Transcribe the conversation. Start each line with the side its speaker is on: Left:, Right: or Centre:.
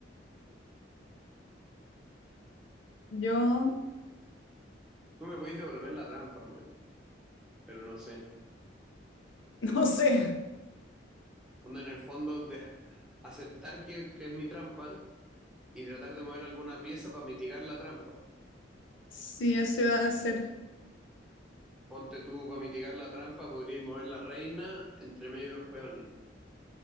Left: Yo
Centre: Tú me podés devolver la trampa, bueno, pero no sé.
Left: <laughs> no sé
Centre: Onda en el fondo de aceptar que, que es mi trampa y tratar de mover alguna pieza para mitigar la trampa.
Left: si eso va a ser.
Centre: Ponte tú para mitigar la trampa, podríais mover la reina entre medio de los peones.